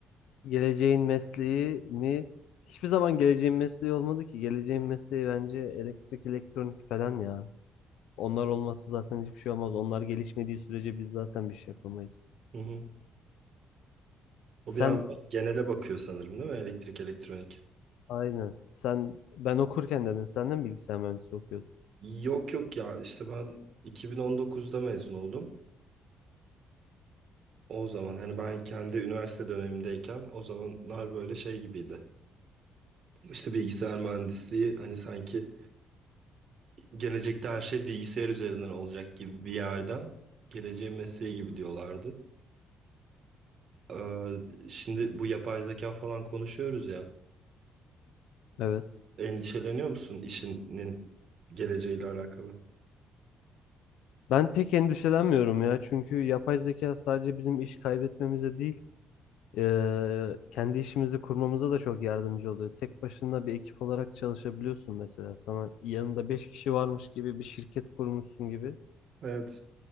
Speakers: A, on the left; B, on the right.
A: geleceğin mesleği mi? Hiçbir zaman geleceğin mesleği olmadı ki. Geleceğin mesleği bence elektrik, elektronik falan ya. Onlar olmazsa zaten hiçbir şey olmaz. Onlar gelişmediği sürece biz zaten bir şey yapamayız.
B: Hı hı. O
A: Sen
B: biraz daha genele bakıyor sanırım değil mi? Elektrik, elektronik.
A: aynen. Sen ben okurken dedin senden bilgisayar mühendisliği okuyordun.
B: Yok yok ya işte ben 2019'da mezun oldum. O zaman hani ben kendi üniversite dönemimdeyken o zamanlar böyle şey gibiydi. İşte bilgisayar mühendisliği hani sanki gelecekte her şey bilgisayar üzerinden olacak gibi bir yerden geleceğin mesleği gibi diyorlardı. Ee, şimdi bu yapay zeka falan konuşuyoruz ya.
A: Evet.
B: Endişeleniyor musun işinin geleceğiyle alakalı?
A: Ben pek endişelenmiyorum ya. Çünkü yapay zeka sadece bizim iş kaybetmemize değil, eee, kendi işimizi kurmamıza da çok yardımcı oluyor. Tek başına bir ekip olarak çalışabiliyorsun mesela. Sana yanında 5 kişi varmış gibi bir şirket kurmuşsun gibi.
B: Evet.